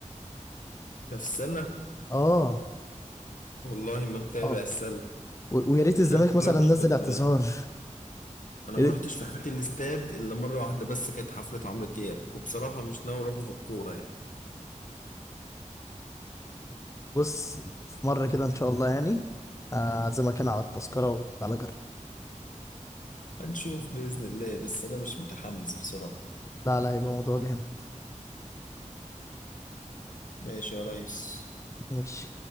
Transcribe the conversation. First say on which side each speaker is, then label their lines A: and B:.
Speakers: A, on the left; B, on the left.
A: ده في السله
B: اه
A: والله ما متابع
B: اه
A: السله
B: و- ويا ريت الزمالك
A: انا
B: مثلا
A: بقول لك مش
B: نزل
A: متابع
B: اعتذار
A: انا
B: <laughs>
A: ما رحتش في حياتي الاستاد الا مره واحده بس كانت حفله عمرو دياب وبصراحه مش ناوي اروحه في الكوره يعني
B: بص في مرة كده إن شاء الله يعني آه، أعزمك أنا على التذكرة وتعالى جرب
A: هنشوف باذن الله بس انا مش متحمس بصراحه
B: لا لا هيبقى موضوع جامد
A: ماشي يا ريس
B: ماشي